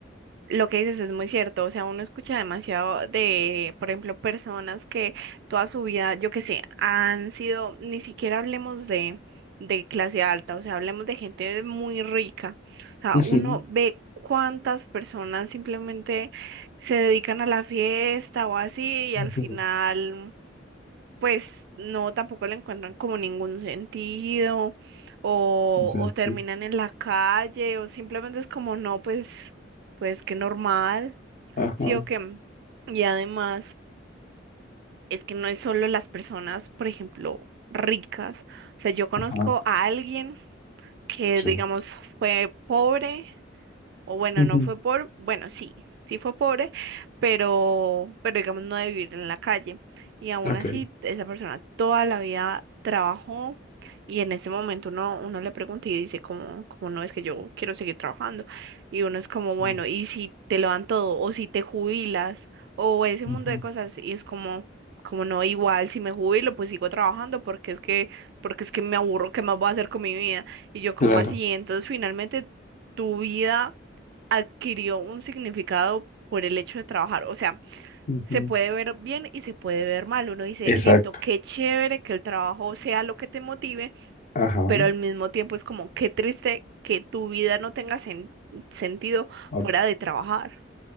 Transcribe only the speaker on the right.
lo que dices es muy cierto, o sea, uno escucha demasiado de, por ejemplo, personas que toda su vida, yo qué sé, han sido, ni siquiera hablemos de, de clase alta, o sea, hablemos de gente muy rica, o sea,
uno ve cuántas personas simplemente se dedican a la fiesta o así y
al final pues no, tampoco le encuentran como ningún sentido o,
o terminan en la calle o simplemente es como no, pues, pues qué normal,
sí o qué. Y además es que no es solo las personas, por ejemplo, ricas. O sea, yo conozco
a alguien que,
digamos, fue pobre o bueno,
no fue por bueno, sí, sí fue pobre, pero, pero digamos no de vivir en la calle. Y aún
así, esa persona toda la vida trabajó y en ese momento uno, uno le pregunta y dice, como, como no es que yo quiero seguir trabajando? Y uno es como,
bueno, ¿y si te lo dan todo? ¿O si te jubilas? O ese mundo
de cosas y es como, como no, igual si me jubilo, pues sigo trabajando porque es que, porque es que me aburro, ¿qué más voy a hacer con mi vida? Y yo como
así, entonces finalmente tu vida adquirió un significado por el hecho de trabajar. O sea,
se puede ver bien y se puede ver mal. Uno dice,
listo, qué chévere que el trabajo sea lo que te motive,
pero al mismo tiempo es como, qué triste que tu vida no tenga sen- sentido
fuera de trabajar.